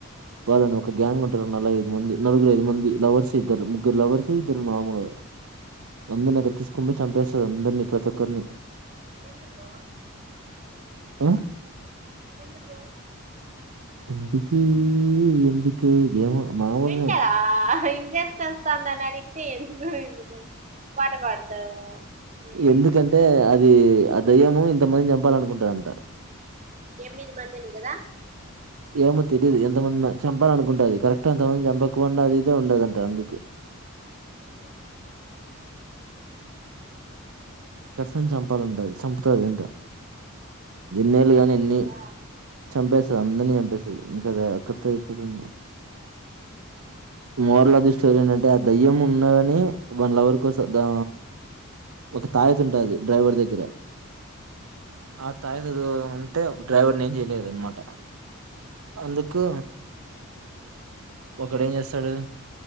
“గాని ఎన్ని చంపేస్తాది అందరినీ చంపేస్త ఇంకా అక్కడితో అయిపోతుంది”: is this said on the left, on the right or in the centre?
Right